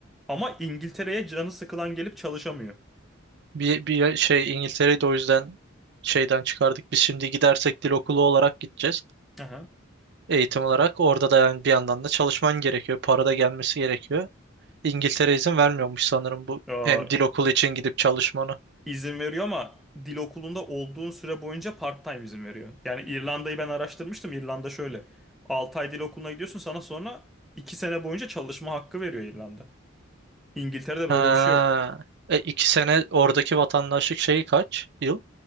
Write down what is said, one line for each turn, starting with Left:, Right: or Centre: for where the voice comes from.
Centre: Ama İngiltere'ye canı sıkılan gelip çalışamıyor.
Right: Bir, bir şey İngiltere'yi de o yüzden şeyden çıkardık. Biz şimdi gidersek dil okulu olarak gideceğiz.
Centre: Aha.
Right: Eğitim olarak. Orada da yani bir yandan da çalışman gerekiyor. Para da gelmesi gerekiyor. İngiltere izin vermiyormuş sanırım bu
Centre: Ee,
Right: hem dil okulu için gidip çalışmanı.
Centre: izin veriyor ama dil okulunda olduğun süre boyunca part-time izin veriyor. Yani İrlanda'yı ben araştırmıştım. İrlanda şöyle. 6 ay dil okuluna gidiyorsun sana sonra 2 sene boyunca çalışma hakkı veriyor İrlanda. İngiltere'de
Right: Ha.
Centre: böyle bir şey yok.
Right: E, iki sene oradaki vatandaşlık şeyi kaç yıl